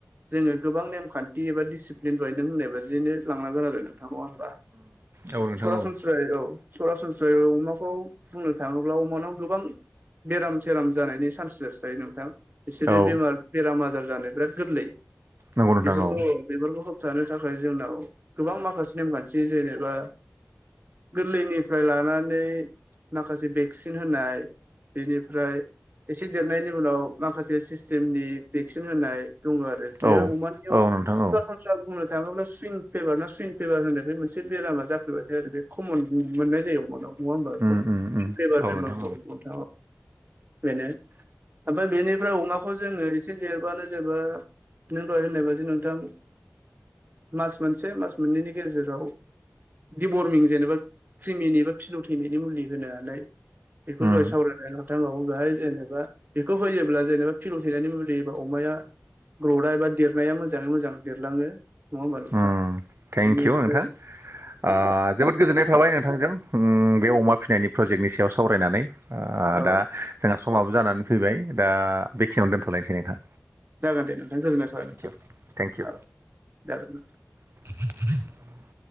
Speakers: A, on the right; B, on the right.
A: जोङो गोबां नेमखान्थि एबा डिसिप्लिन दहाय नों होननाय बादियैनो लांनांगोन आरो नङा होनबा
B: औ नोंथां
A: सरासनस्रा
B: औ
A: सस्राय औ सरासनस्रायै अमाखौ बुंनो थांङोब्ला अमानाव गोबां। बेराम सेराम जानायनि चान्स जासायो नोंथां बिसोरो
B: औ
A: बेमार बेराम आजार जानो बिराद गोरलै
B: नंगौ नोंथां
A: बेफोरखौ
B: औ
A: बेफोरखौ होबथानो थाखाय जोंनाव गोबां माखासे नेमखान्थि जेनेबा गोरलैनिफ्राय लानानै माखासे भेक्सिन होनाय बेनिफ्राय एसे देरनायनि उनाव माखासे सिस्टेमनि भेक्सिन होनाय दङ आरो बे
B: औ
A: अमानियाव
B: औ नोंथां औ
A: स बुंनो थाङोब्ला सुइं फेभार ना सुइन फेभार होननाय बे मोनसे बेरामा जाफ्रोबाथायायो आरो बे खमन मोननाय जायो अमाना नङा होमबा
B: उम उम उम
A: बेबार
B: औ
A: बेमारखौ
B: नोंथां
A: औ बेनो ओमफ्राय बेनिफ्राय अमाखौ जोंङो एसे देरबानो जेनेबा नों दाय होननाय बाददि नोंथां मास मोनसे मास मोननैनि गेजेराव दिवरजेनेबा क्रिमिनि ए बा फिनाव थैनायनि मुलि होनोालाय बेखौ
B: उम
A: जहाय सावरायलाय नथांवो बेहाय जेनेबा बेखौ होयोब्ला जेनेबा फिन' थैनायनि म ए अमाया ग्र'दा एा देरनाया मोजाङै मोजां देरलाङो नङा होमबा नोंथां
B: उम थेंक
A: बेनिफ्राय
B: इउ नोंथां ओ जोबोद गोजोननाय थाबाय नोंथांजों बे अमा फिनायनि प्रजेक्टनि सायाव सावरायनानै
A: औ
B: दा जोंहा समाबो जानानै फैबाय दा बेखिनियावनो दोनथ'लायनोसै नोंथां
A: जागोन दे नोंथां गोजोननाय थाबाय
B: थेंकिउ
A: नोंथां
B: थेंकिउ
A: औ जागोन नोंथां
B: <unintelligible>